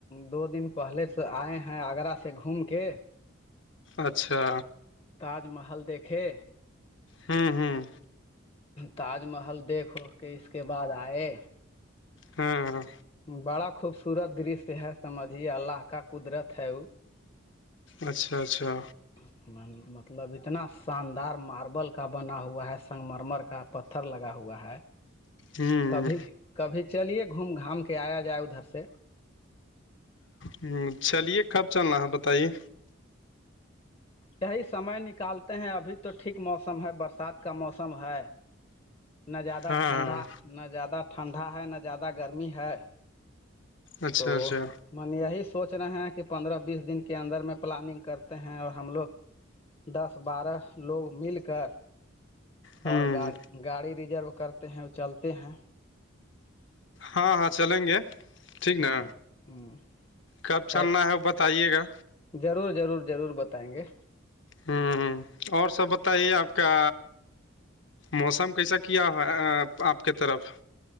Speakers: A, on the left; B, on the left.
A: دو دن پہلے سے آئے ہیں آگرہ سے گھوم کے
B: اچھا
A: تاج محل دیکھے
B: ہوں ہوں
A: تاج محل دیکھ و کے اس کے بعد آئے
B: ہاں
A: بڑا خوبصورت درشیہ ہے سمجھی اللہ کا قدرت ہے وہ
B: اچھا اچھا
A: <inaudible> مطلب اتنا شاندار ماربل کا بنا ہوا ہے سنگمرمر کا پتھر لگا ہوا ہے
B: ہوں
A: کبھی کبھی چلیے گھوم گھام کے آیا جائے ادھر سے
B: ہ چلیے کب چلنا ہے بتائیے
A: یہی سمے نکالتے ہیں ابھی تو ٹھیک موسم ہے برسات کا موسم ہے نہ زیادہ
B: ہاں
A: ٹھنڈا نہ زیادہ ٹھنڈا ہے نہ زیادہ گرمی ہے
B: اچھا
A: تو
B: اچھا
A: من یہی سوچ رہے ہیں کہ پندرہ بیس دن کے اندر میں پلاننگ کرتے ہیں اور ہم لوگ دس بارہ لوگ مل کر
B: ہوں
A: اور گاڑ گاڑی بھی ضرور کرتے ہیں اور چلتے ہیں
B: ہاں ہاں چلیں گے ٹھیک
A: ہوں
B: نا
A: ہوں
B: کب چلنا
A: اور
B: ہے وہ بتائیے گا
A: ضرور ضرور ضرور بتائیں گے
B: ہوں اور سب بتائیے آپ کا موسم کیسا کیا ہو آپ کی طرف